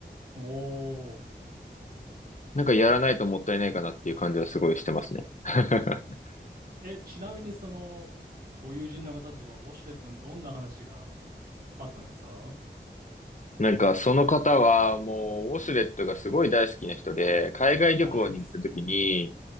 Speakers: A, on the right; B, on the left.
A: うん。おー。
B: なんかやらないともったいないかなっていう感じはすごいしてますね。<laughs>
A: え、ちなみにその、ご友人の方とは、ウォシュレットにどんな話があったんですか
B: なんかその方はもうウォシュレットがすごい大好きな人で、海外旅行に行った時に、
A: 大好き。